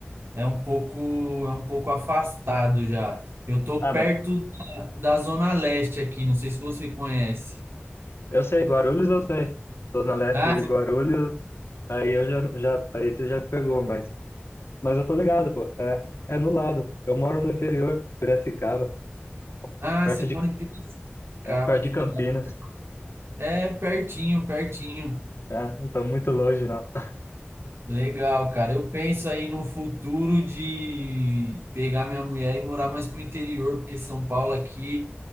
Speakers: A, on the right (about 70°); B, on the left (about 70°).
A: é um pouco, é um pouco afastado já. Eu tô
B: Ah,
A: perto
B: mas
A: da, da Zona Leste aqui, não sei se você conhece.
B: eu sei, Guarulhos eu sei. Zona Leste
A: Ah,
B: de
A: você-
B: Guarulhos, aí eu já, já, aí você já me pegou, mas, mas eu tô ligado, pô. É, é no lado. Eu moro no interior, Piracicaba,
A: ah,
B: perto
A: você
B: de,
A: mora em Piracicaba,
B: é, perto
A: aqui
B: de Campinas.
A: da hora. É pertinho, pertinho.
B: É, não tô muito longe, não. <laughs>
A: Legal, cara. Eu penso aí no futuro de pegar minha mulher e morar mais pro interior, porque São Paulo aqui